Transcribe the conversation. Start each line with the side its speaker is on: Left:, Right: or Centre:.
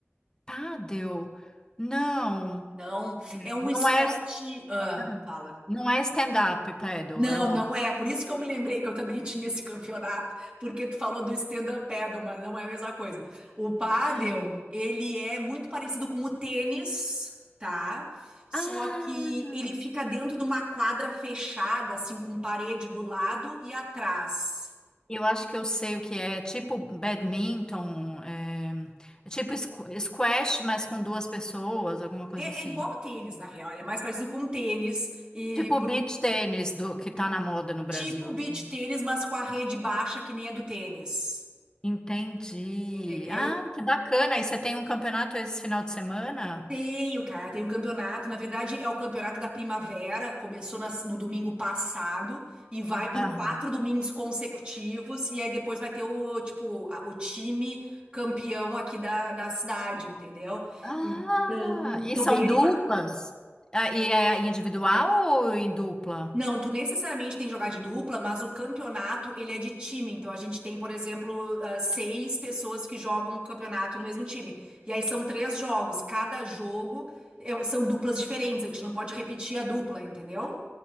Left: Paddle? Não,
Right: Não, é um esporte.
Left: não é,
Right: ah,
Left: ah,
Right: fala.
Left: não é stand-up paddle,
Right: Não,
Left: é outro.
Right: não é. Por isso que eu me lembrei que eu também <laughs> tinha esse campeonato, porque tu falou do stand-up paddle, mas não é a mesma coisa. O paddle,
Left: É.
Right: ele é muito parecido com o tênis, tá? Só
Left: Ah!
Right: que ele fica dentro de uma quadra fechada, assim, com parede do lado e atrás.
Left: Eu acho que eu sei o que é, é tipo badminton, é, é tipo squ- squash, mas com duas pessoas, alguma coisa
Right: É,
Left: assim.
Right: é igual ao tênis, na real. Ele é mais parecido com o tênis e
Left: Tipo
Right: por,
Left: beach tênis do que tá na moda no Brasil.
Right: tipo beach
Left: assim.
Right: tênis, mas com a rede baixa que nem a do tênis.
Left: Entendi.
Right: Entendeu?
Left: Ah, que bacana. E você tem um campeonato esse final de semana?
Right: Tenho, cara, tem um campeonato. Na verdade, é o campeonato da primavera. Começou nas- no domingo passado e vai por
Left: Ah,
Right: quatro domingos consecutivos. E aí depois vai ter o tipo a- o time campeão aqui da, da cidade, entendeu?
Left: ah,
Right: Então,
Left: e
Right: tô
Left: são
Right: bem
Left: duplas?
Right: animada.
Left: Ah, e é individual ou em dupla?
Right: Não, tu necessariamente tem que jogar de dupla, mas o campeonato, ele é de time. Então, a gente tem, por exemplo, ah, seis pessoas que jogam o campeonato no mesmo time. E aí são três jogos. Cada jogo é- são duplas diferentes. A gente não pode repetir a dupla, entendeu?